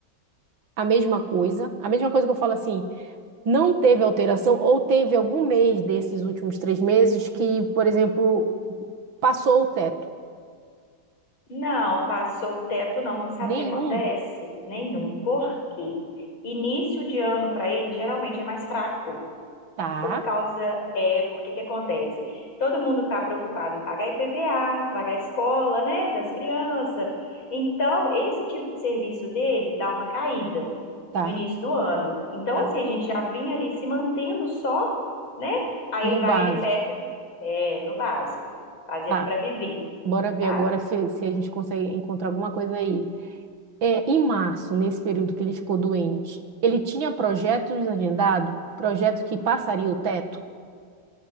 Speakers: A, on the right; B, on the left.
A: a mesma coisa? A mesma coisa que eu falo assim, não teve alteração ou teve algum mês desses últimos três meses que, por exemplo, passou o teto?
B: Não, passou o teto, não. Sabe
A: Nenhum?
B: o que acontece? Nenhum. Por quê? Início de ano para ele geralmente é mais fraco.
A: Tá,
B: Por causa, é, porque que acontece? Todo mundo está preocupado em pagar I P V a pagar a escola, né, das crianças. Então, esse tipo de serviço dele dá uma caída
A: tá,
B: no início do ano. Então,
A: tá.
B: assim, a gente já vinha ali se mantendo só, né? Aí
A: No
B: vai
A: básico.
B: ele pega, é, no básico, fazendo
A: Tá.
B: para viver,
A: Bora ver
B: tá?
A: agora se, se a gente consegue encontrar alguma coisa aí. É, em março, nesse período que ele ficou doente, ele tinha projetos agendados, projeto que passaria o teto.